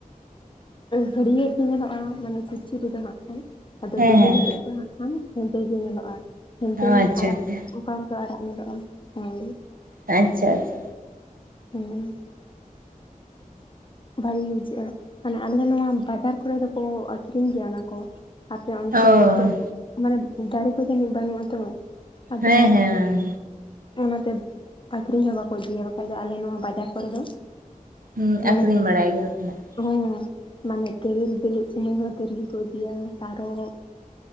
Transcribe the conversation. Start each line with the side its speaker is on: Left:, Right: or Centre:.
Left: ᱦᱟᱹᱨᱭᱟᱹᱲ ᱜᱮ ᱧᱮᱞᱚᱜᱼᱟ ᱢᱟᱱᱮ ᱠᱩᱪᱤ ᱨᱮᱫᱚ ᱦᱟᱸᱜ ᱠᱷᱟᱱ ᱟᱫᱚ
Right: ᱦᱮᱸ
Left: ᱵᱤᱞᱤ
Right: ᱦᱮᱸ
Left: ᱠᱟᱛᱮᱜ ᱫᱚ ᱦᱟᱸᱜ <unintelligible> ᱦᱮᱸᱫᱮ ᱜᱮ ᱧᱮᱞᱚᱜᱼᱟ ᱦᱮᱸᱫᱮ
Right: ᱚ ᱟᱪᱪᱷᱟ
Left: ᱟᱨᱟᱜ
Right: ᱟᱪᱪᱷᱟ
Left: ᱚᱠᱟ ᱠᱚ ᱫᱚ ᱟᱨᱟᱜ ᱧᱮᱞᱚᱜᱼᱟ ᱦᱳᱭ
Right: ᱟᱪᱪᱷᱟ ᱟᱪᱪᱷᱟ
Left: ᱦᱩᱸ ᱵᱷᱟᱹᱜᱤ ᱜᱮ ᱵᱩᱡᱟᱜᱼᱟ ᱢᱟᱱᱮ ᱟᱞᱮ ᱱᱚᱣᱟ ᱵᱟᱡᱟᱨ ᱠᱚᱨᱮ ᱫᱚᱠᱚ ᱟᱹᱠᱷᱨᱤᱧ ᱜᱮᱭᱟ ᱚᱱᱟ ᱠᱚ ᱟᱯᱮ ᱚᱱᱛᱮ
Right: ᱚ
Left: ᱨᱮᱫᱚ ᱢᱟᱱᱮ ᱫᱟᱨᱮ ᱠᱚ ᱡᱟᱹᱱᱤᱡ ᱵᱟᱹᱱᱩᱜ ᱟᱛᱚ ᱟᱫᱚ
Right: ᱦᱮᱸ ᱦᱮᱸ
Left: ᱚᱱᱟ ᱛᱮ ᱟᱠᱷᱨᱤᱧ ᱦᱚᱸ ᱵᱟᱠᱚ ᱤᱫᱤᱭᱟ ᱵᱟᱠᱷᱟᱡ ᱫᱚ ᱟᱞᱮ ᱱᱚᱣᱟ ᱵᱟᱡᱟᱨᱼᱼ ᱠᱚᱨᱮ ᱫᱚ
Right: ᱦᱩᱸ
Left: ᱢᱟᱱᱮᱼᱼ
Right: ᱟᱠᱷᱨᱤᱧ ᱵᱟᱲᱟᱭ ᱜᱮᱭᱟ <unintelligible>
Left: ᱦᱮᱸ ᱢᱟᱱᱮ ᱛᱤᱨᱤᱞ ᱵᱤᱞᱤᱜ ᱥᱚᱢᱚᱭ ᱦᱚᱸ ᱛᱤᱨᱤᱞ ᱠᱚ ᱤᱫᱤᱭᱟ ᱛᱟᱨᱚᱵᱼᱼ